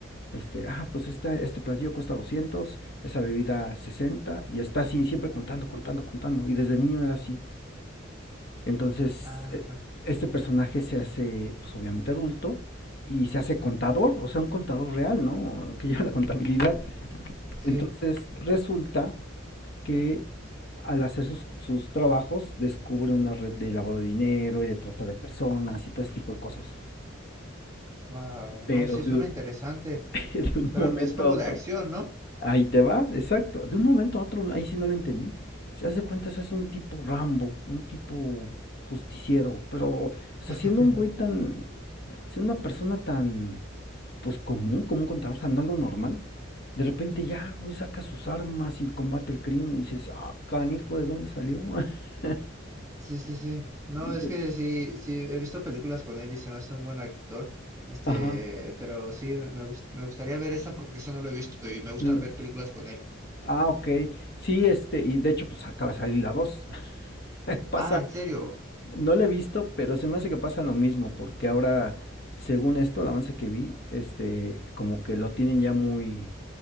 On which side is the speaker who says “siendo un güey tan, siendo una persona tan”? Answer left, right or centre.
Left